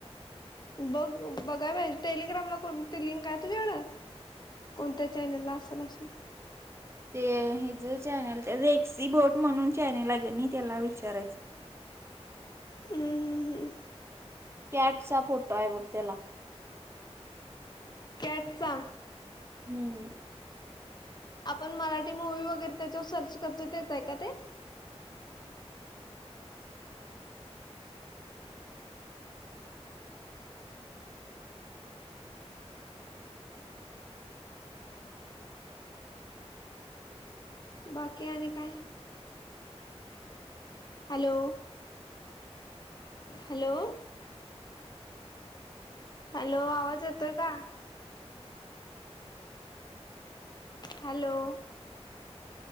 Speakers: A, on the left; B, on the right.
A: बघ बघाया पाहिजे, टेलिग्रामला कोणती लिंक आहे तुझ्याकडं? कोणत्या चॅनलला असंल अशी.
B: ते ह ज चॅनेल रेक्सी बोट म्हणून चॅनेल आहे त्याला विचारायचं <inaudible>
A: हम्म हम्म हम्म
B: कॅटचा फोटो आहे बघ त्याला.
A: कॅटचा
B: हम्म
A: आपण मराठी मू्वी वगैरे त्याच्यावर सर्च करतो, तेच आहे का ते? बाकी आणि काय? हॅलो हॅलो हॅलो आवाज येतोय का? Hello